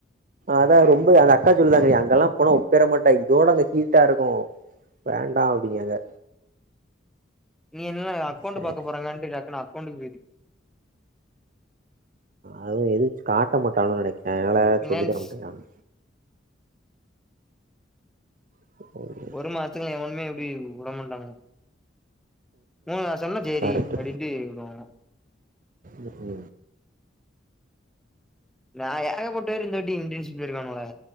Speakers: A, on the right (about 45°); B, in the centre.
A: அதா ரொம்ப அந்த அக்கா சொல்லுவாங்க நீ அங்கெல்லா போனா ஒப்பேர மாட்டா இதோட அங்க ஹீட்டா இருக்கு வேண்டா அப்டிங்கங்க
B: நீ என்னன்னா அக்கௌண்ட்
A: சரி
B: பாக்க போறக்கான்னுட்டு டக்குன்னு அக்கண்டண்டுக்கு போயி
A: அதுவு எதுவு காட்ட மாட்டானுகனு நெனைக்கே என்னால
B: ஃபினான்ஸ்
A: சொல்லி தர மாட்டேங்கறங் ம்
B: ஒரு மாசத்துக்கு எவனுமே இப்டி உ வுடமாண்டங்க ம் நா சொன்னா ஜேரி
A: கரெக்ட்
B: அப்டின்ட்டு விடுவோ
A: ம்ஹூ
B: நா ஏகப்பட்ட பேரு இந்தாட்டி இன்டன்ஷிப்ல இருக்கனுவுலே